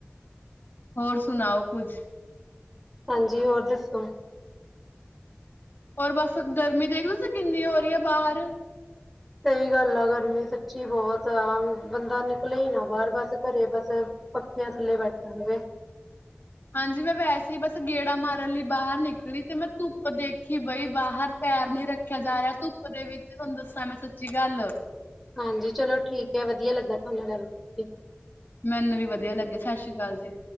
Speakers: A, on the left; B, in the centre.
A: ਹੋਰ ਸੁਣਾਓ ਕੁਝ
B: ਹਾਂਜੀ ਹੋਰ ਦੱਸੋ?
A: ਹੋਰ ਬਸ ਗਰਮੀ ਦੇਖਦੇ ਓ ਤੁਸੀਂ ਕਿੰਨੀ ਹੋ ਰਈ ਆ ਬਾਹਰ
B: ਸਈ ਗੱਲ ਆ ਗਰਮੀ ਸੱਚੀ ਬੋਤ ਆ ਬੰਦਾ ਨਿਕਲੇ ਹੀ ਨਾ ਬਾਰ ਬਸ ਘਰੇ ਬਸ ਪੱਖੇਆਂ ਥੱਲੇ ਬੈਠਾ ਰਵੇ
A: ਹਾਂਜੀ ਮੈਂ ਵੈਸੇ ਬਸ ਗੇੜਾ ਮਾਰਨ ਲਈ ਬਾਹਰ ਨਿਕਲੀ ਤੇ ਮੈਂ ਧੁੱਪ ਦੇਖੀ ਬਈ ਬਾਹਰ ਪੈਰ ਨੀ ਰੱਖਿਆ ਜਾ ਰਿਹਾ ਧੁੱਪ ਦੇ ਵਿੱਚ ਤੁਹਾਨੂੰ ਦੱਸਾਂ ਮੈਂ ਸੱਚੀ ਗੱਲ
B: ਹਾਂਜੀ ਚਲੋ ਠੀਕ ਆ ਵਧੀਆ ਲੱਗਾ ਤੁਹਾਨੇ ਗੱਲ ਕਰਕੇ
A: ਮੈਨੂੰ ਵੀ ਵਧੀਆ ਲੱਗਿਆ ਸਤਿ ਸ਼੍ਰੀ ਅਕਾਲ ਜੀ।